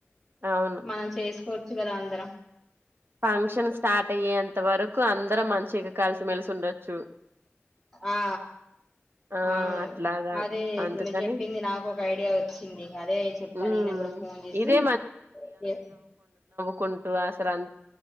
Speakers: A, on the right; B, in the centre.
A: అవును
B: మనం చేస్ కోర్చు కదా అందరం
A: ఫంక్షన్ స్టార్ట్ అయ్యేంత వరకు అందరం అన్ చ్చిగ కలిసిమెలిసి ఉండొచ్చు
B: ఆ
A: ఆ
B: అవును
A: అట్లాగా
B: అదే ఇప్పుడు
A: అందుకని
B: మీరు చెప్పింది నాకు ఒక ఐడియా వచ్చింది అదే చెప్పా
A: ఉమ్
B: నేను కూడా ఫోన్ చేసి
A: ఇదే
B: ఎ
A: కుంటు అసరన్